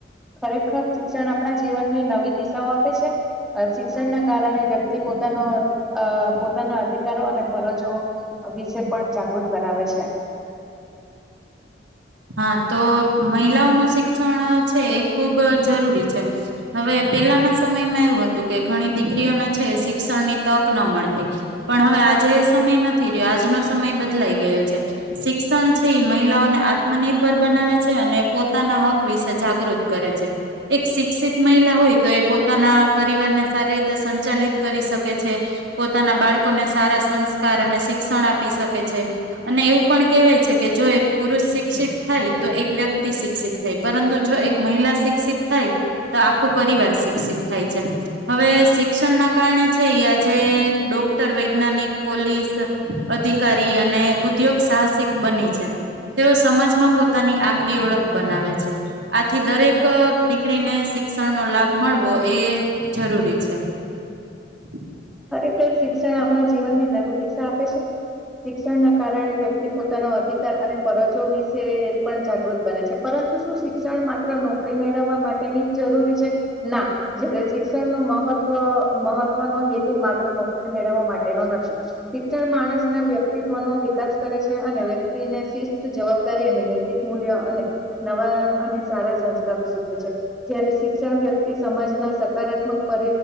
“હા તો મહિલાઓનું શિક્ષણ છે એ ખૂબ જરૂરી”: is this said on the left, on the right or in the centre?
Right